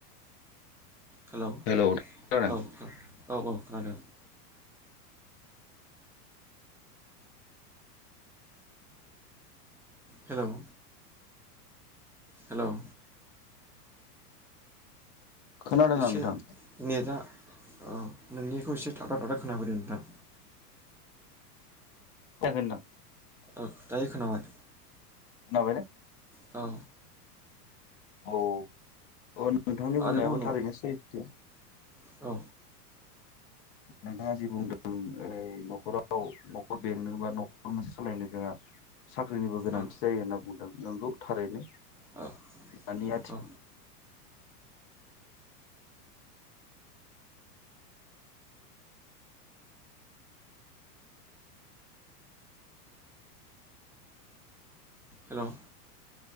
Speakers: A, in the centre; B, on the left.
A: हेल' औ
B: हेलौ खोनादों
A: औ औ आरो हेल' हेल'
B: खोनादों
A: एसे
B: आं नोंथां
A: नेटआ औ नोंनिखौ एसे थाबा थाब खोनाबदों नोंथां
B: जागोन ना
A: औ दायो खोनाबाय
B: खोनाबाय ना
A: औ
B: औ नोंथांनि
A: आरोबाव
B: बुंनायाबो
A: न'
B: थारैनो सैथो
A: औ
B: नोंथाङा जि बुंदों ओइ न'खराव न'खर बेंनो बा न'खर मोनसे सालायनो जोंहा साख्रिनिबो गोनांथि
A: औ
B: जायो होन्ना बुंदों नंगौ थारैनो
A: औ
B: दानि आथिखाल
A: औ हेल'